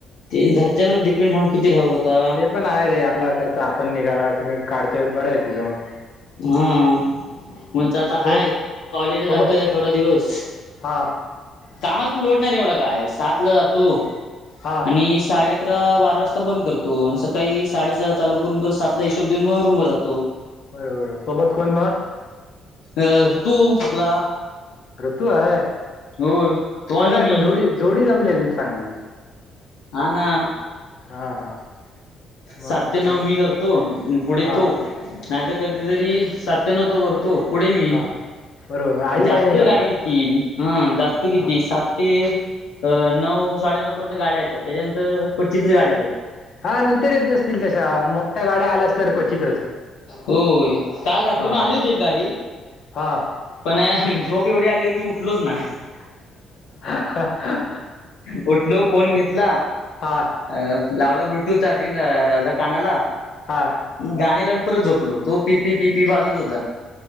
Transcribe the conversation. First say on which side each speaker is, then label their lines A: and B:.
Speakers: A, on the left; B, on the left.
A: ते घरच्यांवर डिपेंड राहून किती राहू आता
B: ते पण आहे रे आपला खर्च आपण निघाला क काढतोय बरं आहे तुझं मग.
A: हा म्हणते आता
B: कोण
A: हाय कॉलेजला
B: सोबत
A: जातोय थोडा दिवस.
B: हा.
A: कामाच पण लोडणार एवढं काय सात ला जातो
B: हा
A: आणि साडे अकरा बारा वाजता बंद करतो आणि सकाळी साडेसहा चालू करून बर सातला हिशोब दिन म रूमवर जातो
B: बरोबर सोबत कोण म
A: अ ऋतू आपला
B: ऋतू आहे,
A: होय तो
B: बर
A: आणि
B: आहे
A: मी
B: मग जोडी जोडी जमली आहे तुमची चांगली.
A: हा ना
B: हा, हा मग
A: सात ते नऊ
B: दो-
A: मी करतो, पुढे
B: हा
A: तो. नाही तर कधीतरी, सात ते नऊ तो करतो. पुढे मी
B: हा बरोबर आई
A: जास्त
B: पाळीने करता
A: गाडी घी क, हं जास्त किती
B: हा
A: सात ते अ नऊ साडेनऊ पर्यंत गाड्या येतात, त्याच्यानंतर पच्चतीसच गाड्या येतात.
B: हा नंतर येत नसतील तशा मोठ्या गाड्या आल्या अस तर क्वचितच
A: होय, काल रात्री
B: हा
A: पण आली होती एक गाडी.
B: हा
A: पण झोप एवढी आली होती उठलोच नाही.
B: हा
A: उठलो फोन घेतला
B: हा
A: अ लावला ब्लूटूथ चार्जिंग, झा कानाला.
B: हा.
A: गाणी लावून परत झोपलो, तो पी पी पी पी वाजत होता.